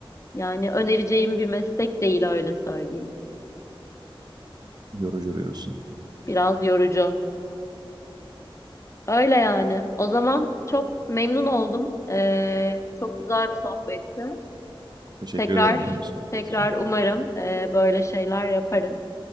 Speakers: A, on the left; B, on the right.
A: yani önereceğim bir meslek değil öyle söyleyeyim.
B: Yorucu diyorsun.
A: Biraz yorucu. Öyle yani. O zaman çok memnun oldum. E, çok güzel bir sohbetti.
B: Teşekkür
A: Tekrar
B: ederim ben de sohbet
A: tekrar
B: için.
A: umarım e, böyle şeyler yaparız.